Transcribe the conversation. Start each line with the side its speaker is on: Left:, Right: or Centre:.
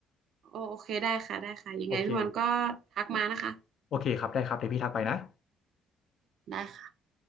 Right: โอโอเคได้ค่ะได้ค่ะยังไงพี่วันก็
Left: โอเค
Right: ทักมานะคะ
Left: โอเคครับได้ครับเดี๋ยวพี่ทักไปนะ
Right: ได้ค่ะ